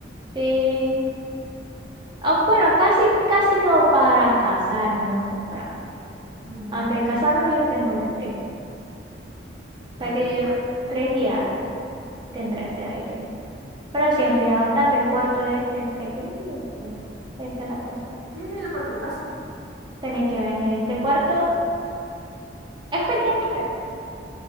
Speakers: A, on the right; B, on the right.
A: sí, ah bueno, casi, casi como para casar, no lo compramos.
B: Mm,
A: Antes de casarnos yo tengo ya tres. O
B: está
A: sea
B: bien,
A: que yo
B: bueno.
A: tres y algo tendrá ese aire. Pero sí enfría bastante. El cuarto de este es pequeño. este, Esa es la cosa.
B: Yo no he ido para tu casa.
A: Tenéis que venir. Este cuarto es pequeño, pero...